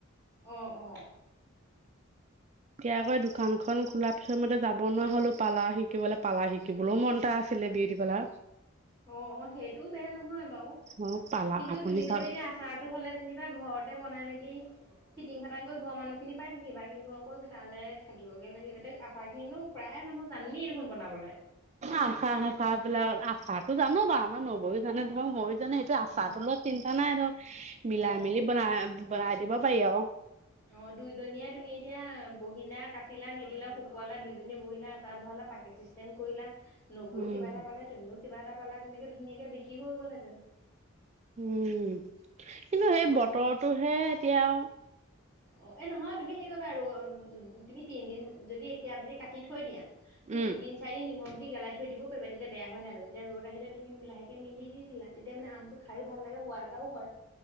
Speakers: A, in the centre; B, on the right.
A: আহ অ'।
B: এতিাকৈ দোকান খন খোলা পিছ মতে যাব ন হলো পালাহ শিকিবলৈ পালা শিকিবলৈও মন এটা আছিলে বিয়টি পেলা।
A: অ' সেইটোও বেয়া নহয় বাৰু।
B: অ', পালা
A: কিন্তু
B: আপুনি
A: তুমি যেনিবা
B: চা
A: এতিয়া আচাৰটো হ'লে যেনিবা ঘৰতে বনাই মেলি ফিটিং ফাটাং কৰি ঘৰ মানুহখিনি প থাকিবা কিন্তু অকমি তালৈ থাকিবগৈ লাগিব এতিয়া আচাৰখিনো প্ৰায় মানে জানেই দেখোন। বনাবলে
B: আশা আষ বিলাক আশো জানো বা আমাৰ নবৈয়ও জানে ধৰক মই ানে সেইটো আচা
A: উম
B: তলত চিন্তা নাই ধৰ
A: অ
B: মিলাই মেলি বনাই বনাই দিব পাৰি আৰু।
A: অ' দুইজনীয়া তুমি এতিয়া বহিলা কাটিলা মেলিলাে শুকুৱালা দুজনী বহিলা আচাৰ বহালা পাকেট ছিষ্টেম কৰিলা। নবীও
B: উম,
A: কিবা এটা পালে তুমিও কিবা এটা পালা তেনেকে ধুনীয়াকে বিক্ৰী হৈ গ'লহেঁতেন।
B: উম, কিন্তু সেই
A: আৰু
B: বতৰটোহে
A: তুমি
B: এতিয়া।
A: অ' এ নহয় তুমি হেৰি কৰিবা আৰু তুমি তিনদিন যদি এতিয়া যদি কাটি থৈ দিয়া তুমি
B: উম,
A: তিদিন চাৰিন নিমখ দি গালাই থৈ দিব পাৰাতিয়া বেয়া হয় নায তেতিয়া ৰদ আহিলে তমি লাহে ে মেলি দি দিলা তেতিয়া মানে আমটো খাইো ভাল লাগে সোৱাদ এটাও হয়।